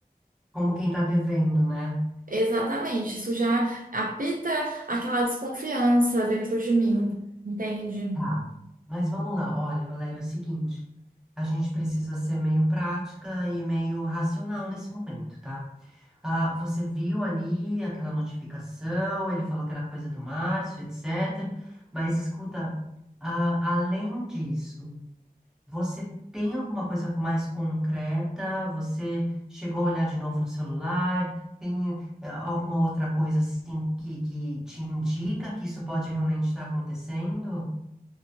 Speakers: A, in the centre; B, on the right.
A: como quem está devendo, né?
B: exatamente, isso já apita aquela desconfiança dentro de mim, entende?
A: Tá, mas vamos lá. Olha, Valéria, é o seguinte: a gente precisa ser meio prática e meio racional nesse momento, tá? Ah, você viu ali aquela notificação, ele falou que era coisa do Márcio, etc. Mas escuta, ah, além disso, você tem alguma coisa mais concreta? Você chegou a olhar de novo no celular? Tem eh, alguma outra coisa assim que, que te indica que isso pode realmente estar acontecendo?